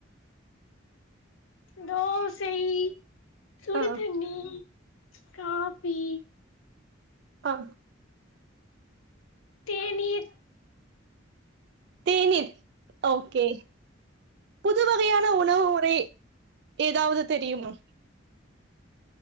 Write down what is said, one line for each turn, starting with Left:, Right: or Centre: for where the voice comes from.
Left: தோசைய் சுடு
Right: ஆ
Left: தண்ணீ காப்பி
Right: அம்
Left: தேனீர்
Right: தேநீர் ஓகே புது வகையான உணவு முறை ஏதாவது தெரியுமா